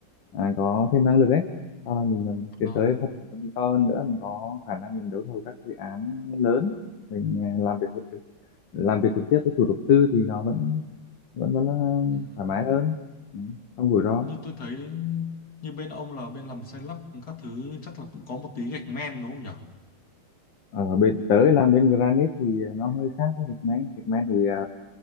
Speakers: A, on the left (about 65°); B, on the left (about 50°).
A: à, có thêm năng lực ấy. Sau này mình còn tiến
B: À,
A: tới phát triển công ty to hơn nữa, mình có khả năng mình đấu thầu các dự án lớn, mình à, làm việc trực- làm việc trực tiếp với chủ đầu tư thì nó vẫn vẫn vẫn là
B: ừ.
A: thoải mái hơn, ừ, không rủi ro.
B: như tôi thấy như bên ông là bên làm xây lắp các thứ chắc là cũng có một tí gạch men đúng không nhỉ?
A: Ở bên tới làm bên Granite thì nó hơi khác với gạch men. Gạch men thì à,